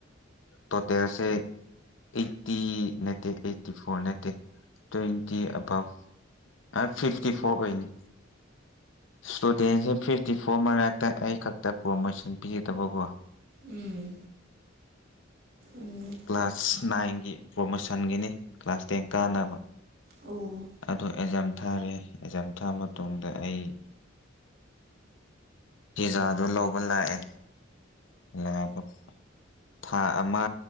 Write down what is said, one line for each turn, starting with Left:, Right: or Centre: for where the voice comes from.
Left: ꯇꯣꯇꯦꯜꯁꯦ ꯑꯩꯠꯇꯤ ꯅꯠꯇꯦ ꯑꯩꯠꯇꯤ ꯐꯣꯔ ꯅꯠꯇꯦ ꯇ꯭ꯋꯦꯟꯇꯤ ꯑꯕꯥꯞ ꯑꯦ ꯐꯤꯐꯇꯤ ꯐꯣꯔ ꯑꯣꯏꯅꯤ ꯏꯁꯇꯨꯗꯦꯟꯁꯦ ꯐꯤꯐꯇꯤ ꯐꯣꯔ ꯃꯔꯛꯇ ꯑꯩ ꯈꯛꯇ ꯄ꯭ꯔꯣꯔꯣꯃꯣꯁꯟ ꯄꯤꯒꯗꯕꯀꯣ
Right: ꯎꯝ ꯎꯝ
Left: ꯀ꯭ꯂꯥꯁ ꯅꯥꯏꯟꯒꯤ ꯄ꯭ꯔꯣꯃꯣꯁꯟꯒꯤꯅꯤ ꯀ꯭ꯂꯥꯁ ꯇꯦꯟ ꯀꯥꯟꯅꯕ
Right: ꯑꯣ ꯎꯝ
Left: ꯑꯣ ꯑꯦꯛꯖꯥꯝ ꯊꯥꯔꯦ ꯑꯦꯛꯖꯥꯝ ꯊꯥꯕ ꯃꯇꯨꯡꯗ ꯑꯩ ꯄꯤꯖꯥꯗꯨ ꯂꯧꯕ ꯂꯥꯛꯑꯦ ꯂꯥꯛꯑꯒ ꯊꯥ ꯑꯃ